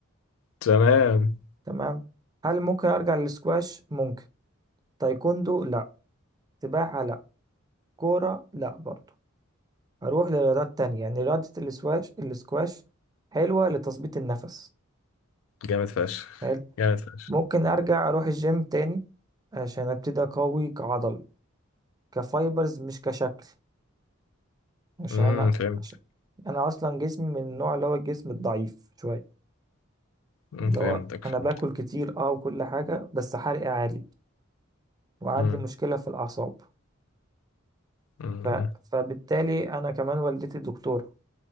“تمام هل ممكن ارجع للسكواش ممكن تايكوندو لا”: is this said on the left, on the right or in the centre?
Right